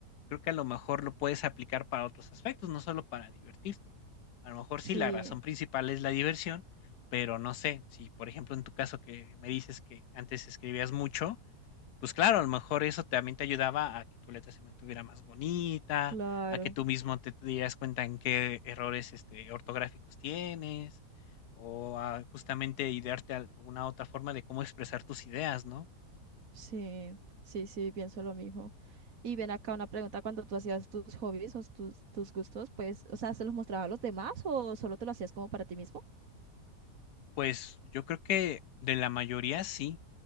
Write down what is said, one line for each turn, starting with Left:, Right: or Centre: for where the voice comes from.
Left: creo que a lo mejor lo puedes aplicar para otros aspectos, no solo para divertirte. A lo mejor
Right: Sí,
Left: sí, la razón principal es la diversión, pero no sé, si por ejemplo en tu caso que me dices que antes escribías mucho, pues claro, a lo mejor eso también te ayudaba a que tu letra se mantuviera más bonita,
Right: claro,
Left: a que tú mismo te dieras cuenta en qué errores, este, ortográficos tienes, o a justamente idearte alguna otra forma de cómo expresar tus ideas, ¿no?
Right: sí, sí, sí, pienso lo mismo. Y ven acá una pregunta, cuando tú hacías tus hobbies o tus, tus gustos, pues, o sea, ¿se los mostrabas a los demás o solo te lo hacías como para ti mismo?
Left: Pues yo creo que de la mayoría sí.